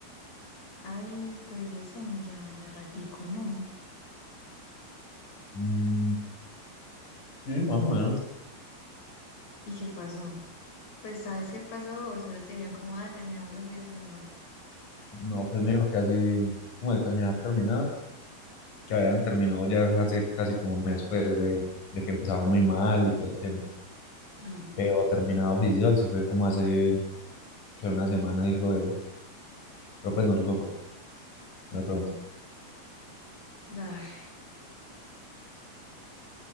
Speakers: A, on the left (about 60°); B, on the left (about 45°).
A: Ay, pero ellos también llevan ya ratico, ¿no?
B: Mm, sí, más o menos.
A: ¿Y qué pasó? Pues, ¿sabes qué pasó? Solo te dijeron como, ah, terminamos hace una semana.
B: No, pues me dijo que así, como de terminar, terminar, que habían terminado ya hace casi como un mes pues de, de que empezaron muy mal y todo el tema.
A: Mm,
B: Pero terminado oficial se fue como hace que una semana, dijo él, pero pues no supe por qué, no le pregunté.
A: ah,